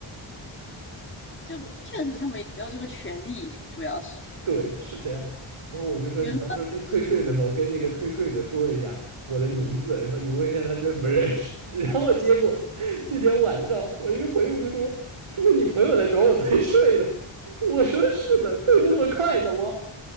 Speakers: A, on the left (about 25°); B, on the right (about 85°).
A: 这个确实他们也没有这个权利，主要是
B: 对，是这样。然后我就说，
A: 比如说
B: 你到时候去退税的时候，跟那个退税的说一下我的名字，然后你问一下他认不认识。<laughs> 然后结果那天晚上，我一个朋友就说：“是不是你朋友来找我退税了？” <laughs> 我说：“是的，退那么快的吗？”